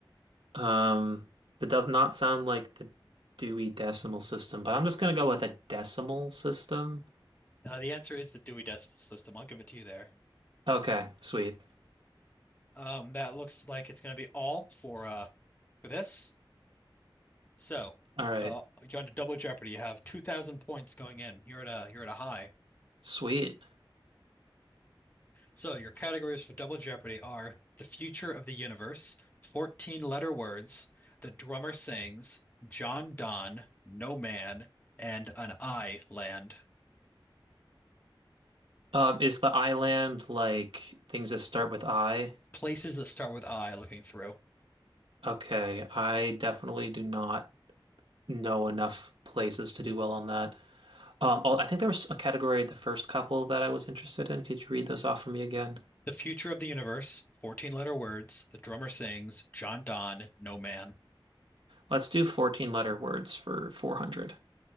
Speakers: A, on the right; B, on the left.
A: Um, that does not sound like the Dewey Decimal System, but I'm just gonna go with a decimal system.
B: Uh, the answer is the Dewey Decimal System. I'll give it to you there.
A: Okay, sweet.
B: Um, that looks like it's going to be all for uh for this. So,
A: All right,
B: uh, you're on to Double Jeopardy. You have 2,000 points going in. You're at a you're at a high.
A: sweet.
B: So your categories for Double Jeopardy are the future of the universe, 14 letter words, the drummer sings, John Donne, No Man, and an I land.
A: Um, is the island like things that start with I?
B: Places that start with I looking through.
A: Okay, I definitely do not know enough places to do well on that. Um, oh, I think there was a category, the first couple that I was interested in. Could you read those off for me again?
B: The Future of the Universe, 14 letter words, The Drummer Sings, John Donne, No Man.
A: Let's do 14 letter words for 400.